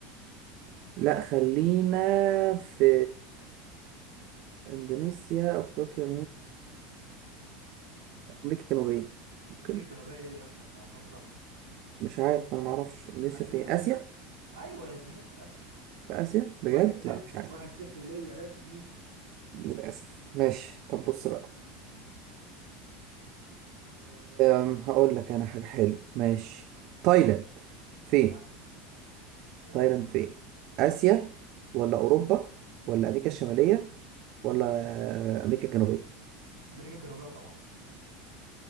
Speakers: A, on the right (about 50°); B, on the right (about 70°).
A: لا خلينا في اندونيسيا افريقيا امريكا الجنوبيه ممكن
B: امريكا الجنوبيه ايه يا اسطى انت هتهزر
A: مش عارف انا ما اعرفش اندونيسيا
B: اندونيسيا
A: في إيه؟ اسيا
B: ايوه يا زميلي في اسيا
A: في اسيا بجد
B: واحد صفر
A: لا مش عارف
B: واحد صفر ليا رسمي
A: للاسف ماشي طب
B: ماشي
A: بص بقى
B: امم
A: أم هقول لك انا حاجه حلوه ماشي تايلاند فين
B: مالها أه...
A: تايلاند فين اسيا ولا اوروبا ولا امريكا الشماليه ولا امريكا الجنوبيه
B: امريكا الجنوبيه طبعا